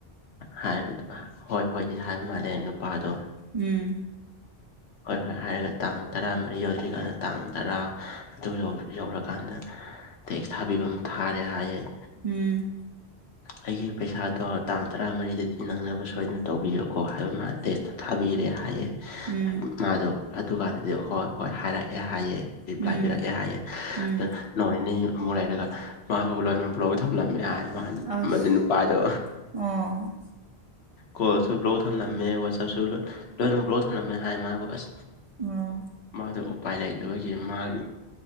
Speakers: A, on the left; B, on the right.
A: ꯍꯥꯏꯕꯗꯨ ꯍꯣꯏ ꯍꯣꯏꯗꯤ ꯍꯥꯏꯕ ꯃꯥꯜꯂꯦ ꯅꯨꯄꯥꯗꯣ
B: ꯎꯝ
A: ꯍꯣꯏ ꯍꯣꯏ ꯍꯥꯏꯔꯒ ꯇꯥꯡ ꯇꯔꯥ ꯃꯔꯤ ꯌꯧꯗ꯭ꯔꯤꯀꯥꯟꯗ ꯇꯥꯡ ꯇꯔꯥ ꯑꯗꯨ ꯌꯧꯔꯀꯥꯟꯗ ꯇꯦꯛꯁ ꯊꯥꯕꯤꯕ ꯑꯃ ꯊꯥꯔꯦ ꯍꯥꯏꯌꯦꯦ
B: ꯎꯝ
A: ꯑꯩꯒꯤ ꯄꯩꯁꯥꯗꯣ ꯇꯥꯡ ꯇꯔꯥꯃꯔꯤꯗꯗꯤ ꯅꯪꯅꯕ ꯁꯣꯏꯗꯅ ꯇꯧꯕꯤꯌꯣꯀꯣ ꯍꯥꯏꯕ ꯃꯥ ꯇꯦꯁꯇ ꯊꯥꯕꯤꯔꯦ ꯍꯥꯏꯌꯦꯦ
B: ꯎꯝ
A: ꯃꯥꯗꯣ ꯑꯗꯨꯀꯥꯟꯗꯗꯤ ꯍꯣꯏ ꯍꯣꯏ ꯍꯥꯏꯔꯛꯑꯦ ꯍꯥꯏꯑꯦ ꯔꯤꯄ꯭ꯂꯥꯏ
B: ꯎꯝ
A: ꯄꯤꯔꯛꯑꯦ ꯍꯥꯏꯑꯦ
B: ꯎꯝ
A: ꯑꯗ unintelligible
B: ꯑꯁ
A: ꯃꯗꯨ ꯅꯨꯄꯥꯗꯣ
B: ꯑꯣ
A: ꯀꯣꯜꯁꯨ ꯕ꯭ꯂꯣꯛ ꯊꯝꯂꯝꯃꯦ ꯋꯥꯆꯞꯁꯨ ꯂꯣꯏꯅ ꯂꯣꯏꯅꯃꯛ ꯕ꯭ꯂꯣꯛ ꯊꯝꯂꯝꯃꯦ ꯍꯥꯏ ꯃꯥꯕꯨ ꯑꯁ
B: ꯎꯝ
A: ꯃꯥꯗꯣ ꯎꯄꯥꯏ ꯂꯩꯇꯕꯒꯤ ꯃꯥꯒꯤ